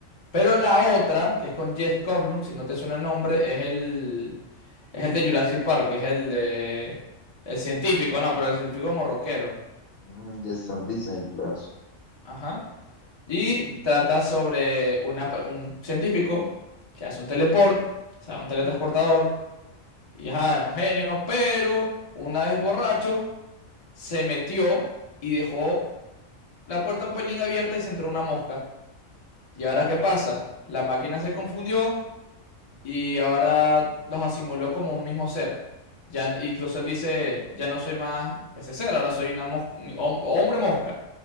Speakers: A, on the left; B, on the left.
A: Pero la otra, que es con Jeff Goldblum, si no te suena el nombre, es el, es el de Jurassic Park, que es el de... El científico, no, pero el científico como rockero.
B: Mm, y está en Disney Plus.
A: Ajá. Y trata sobre una pe- un científico que hace un teleport, o sea, un teletransportador Y ajá, es un genio, pero una vez borracho se metió y dejó la puerta un pelín abierta y se entró una mosca. ¿Y ahora qué pasa? La máquina se confundió y ahora los asimiló como un mismo ser. Ya, n- incluso él dice, ya no soy más ese ser, ahora soy una mosca, hom- hombre mosca.